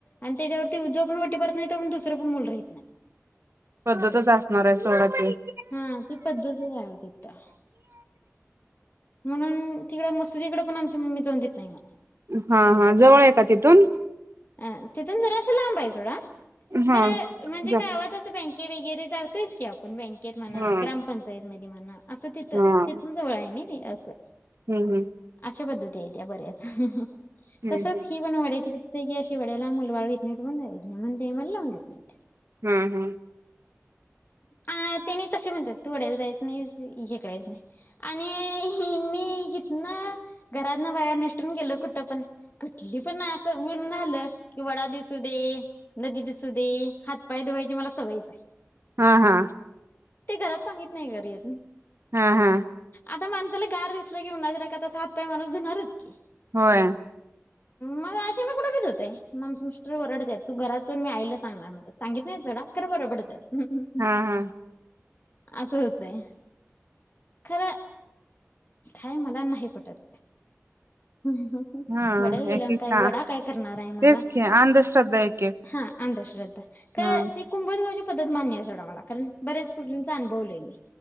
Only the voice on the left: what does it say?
आणि त्याच्यावरती उजव पण वाटी भरत नाही पण दुसरं पण मुल राहत नाही.
हा ती पद्धतच आहे होय तिथं म्हणून तिकडं म्ह तुझ इकडे पण आमची मम्मी जाऊन देत नाही मला
अ तिथून जरा अस लांब आहे सोडा
खरं म्हणजे
का गवात बँके वगैरे जातयच की आपण बँकेत म्हणा
ग्रामपंचायत म मना. असं तिथ
तिथन जवळ आहे नाही. असं.
अशा पद्धती आहेत या बऱ्याच.
तसंच
ही पण वडायची की अशी वड्याला मुलबाळ येत नाही पणेत नाही म्हण ते मला लावून देत नाही.
आ तेने तसे म्हणतात तू वडायला जायच नाही हे करायच नाही. आणि मी हीतनं घरातन बाहेर नसटुन गेल कुठं पण कठली पण असं ऊन आलं की वडा दिसू दे नदी दिसू दे हातपाय धुवायची मला सवयचं हाय.
ते घरात सांगित नाही घरीअजुन
आता मण साला गार दिसलं की ऊनाच्या रकात अस हात पाय माणूस धुणारचं की.
मग अशी मी कुठे भी धुतोय मग आम मिस्टर वरडतात तू घरात जाऊन मी आयला सांगणार म्हणतात सांगित नाही सोडा खर बर पडतात. बरबडत
असं होतय खर काय मला नाही पटत. ह
वड्याला गेल्या
काय
वडा काय करणार आहे मला
हा. अंधश्रद्धा खर
ते कुंभोज गावची पद्धत मान्य सोडा मला कारण बऱ्याच <unintelligible> अनुभवलय मी